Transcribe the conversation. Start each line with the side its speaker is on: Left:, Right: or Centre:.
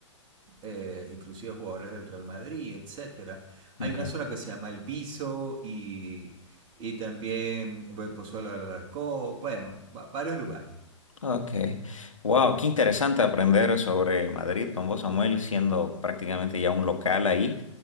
Right: eh, inclusive jugadores del Real Madrid, etcétera. Hay
Left: Ok,
Right: una zona que se llama El Viso y, y también eh, Pozuelo del Alarcó, bueno, va- varios lugares.
Left: ok. Wow, qué interesante aprender sobre Madrid con vos, Samuel, siendo prácticamente ya un local ahí.